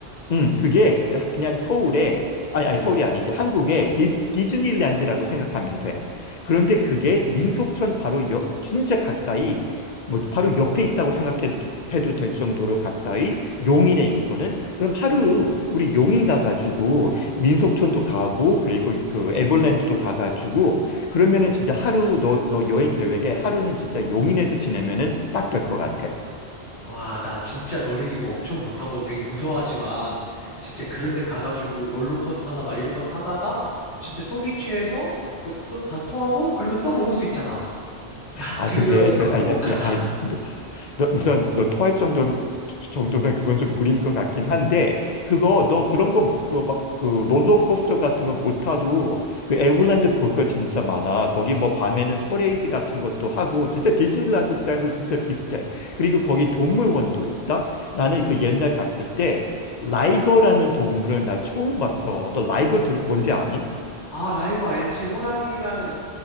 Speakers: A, on the left; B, on the left.
A: 음, 그게 그 하- 그냥 서울에, 아니, 아니, 서울이 아니지. 한국의 디스, 디즈니랜드라고 생각하면 돼. 그런데 그게 민속촌 바로 옆, 진짜 가까이, 뭐, 바로 옆에 있다고 생각해도 될 정도로 가까이 용인에 있거든. 그럼 하루 우리 용인 가가지고 민속촌도 가고, 그리고 그 에버랜드도 가가지고, 그러면은 진짜 하루 너, 너 여행 계획에 하루는 진짜 용인에서 지내면은 딱 될 것 같아.
B: 와, 나 진짜 놀이기구 엄청 못하고 되게 무서워하지만, 진짜 그런 데 가가지고 롤러코스터나 막 이런 거 타다가, 진짜 속이 취해서 그또다 토하고, 그러면 또 먹을 수 있잖아. 야,
A: 아,
B: 그러면
A: 근데, 그,
B: 거기
A: 아니,
B: 꼭
A: 야,
B: 가자.
A: 아니, 너, 너 우선 너 토할 정도, 정도는 그건 좀 무리인 것 같긴 한데, 그거, 너 그런 거, 그, 막, 그, 롤러코스터 같은 거 못 타도, 그, 에버랜드 볼 거 진짜 많아. 거기 뭐, 밤에는 퍼레이드 같은 것도 하고, 진짜 디즈니랜드하고 진짜 비슷해. 그리고 거기 동물원도 있다? 나는 그 옛날 갔을 때, 라이거라는 동물을 나 처음 봤어. 너 라이거 들- 뭔지 아니?
B: 아, 나 이거 알지. 호랑이랑